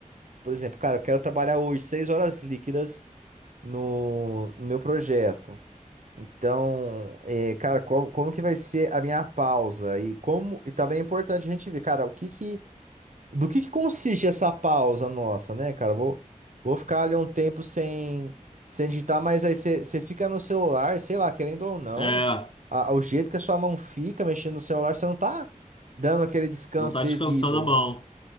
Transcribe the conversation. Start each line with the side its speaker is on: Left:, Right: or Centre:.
Right: por exemplo, cara, eu quero trabalhar hoje seis horas líquidas no no meu projeto. Então, é, cara, como, como que vai ser a minha pausa? E como e também é importante a gente ver, cara, o que que do que que consiste essa pausa nossa, né, cara? Vou, vou ficar ali um tempo sem sem digitar, mas aí você fica no celular, sei lá, querendo ou não,
Left: É,
Right: a- o jeito que a sua mão fica mexendo no celular, você não tá dando aquele descanso
Left: não tá
Right: devido.
Left: descansando a mão.